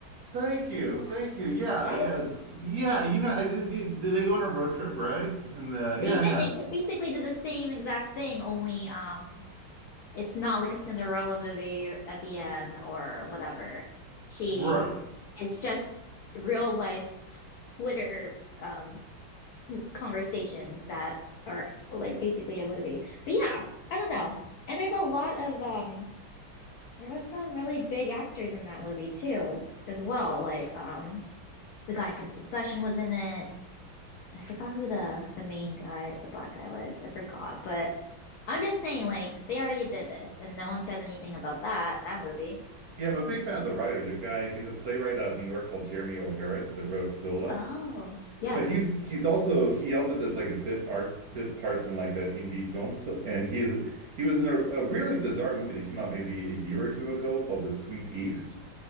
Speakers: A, on the right; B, on the left.
A: Thank you.
B: yeah,
A: Thank you. Yeah.
B: right?
A: Yeah. it's- Yeah. You know, I didn't. Did they go on a road trip, right? And uh, yeah,
B: They did.
A: yeah.
B: They did, basically did the same exact thing, only um, it's not like a Cinderella movie at the end or whatever. She
A: Right.
B: It's just real life t- Twitter um conversations that are like basically a movie. But yeah, I don't know. And there's a lot of um there was some really big actors in that movie too, as well. Like um the guy from Succession was in it. And I forgot who the the main guy, the black guy was. I forgot. But I'm just saying, like, they already did this and no one said anything about that, that movie.
A: Yeah. I'm a big fan of the writer. The guy, he's a playwright out of New York called Jeremy O'Harris that wrote Zola.
B: Oh, yeah,
A: But he's he's also he also does like a bit arts bit parts in like a indie films and he is he was in a, a really bizarre movie that came out maybe a year or two ago called The Sweet East